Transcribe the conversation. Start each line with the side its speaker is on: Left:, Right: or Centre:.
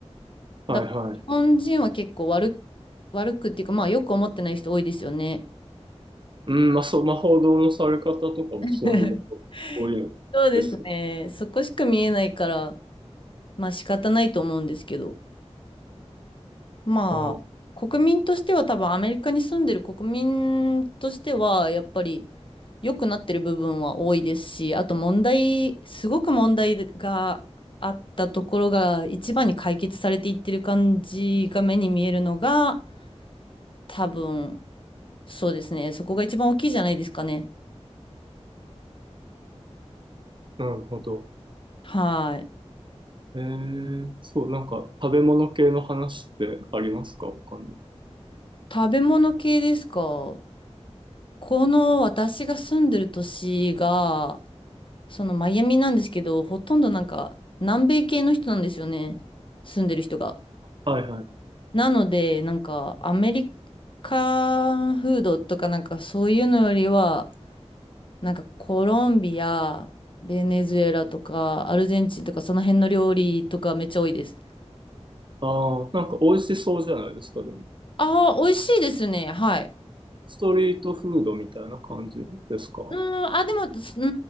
Left: だから日本人は結構悪く、
Right: い、はい、はい。
Left: 悪くっていうか、まあよく思ってない人多いですよね。
Right: うん、まあ、そう、まあ、報道のされ方とかもそういうの、
Left: <laughs>
Right: 多いのですね。
Left: そうですね。そこしか見えないから、まあ仕方ないと思うんですけど。まあ、
Right: ああ、
Left: 国民としては多分アメリカに住んでる国民としては、やっぱり良くなってる部分は多いですし、あと問題、すごく問題があったところが一番に解決されていってる感じが目に見えるのが、多分、そうですね。そこが一番大きいじゃないですかね。
Right: なるほど。
Left: はい。
Right: えー、そう、なんか食べ物系の話ってありますか、他に。
Left: 食べ物系ですかこの私が住んでる都市が、そのマイアミなんですけど、ほとんどなんか南米系の人なんですよね。住んでる人が。
Right: あ、はいはい。
Left: なので、なんかアメリカフードとかなんかそういうのよりは、なんかコロンビア、ベネズエラとかアルゼンチンとかその辺の料理とかめっちゃ多いです。
Right: ああ、なんか美味しそうじゃないですか、でも。
Left: ああ、美味しいですね。はい。
Right: ストリートフードみたいな感じですか
Left: うーん、あ、でも、すうー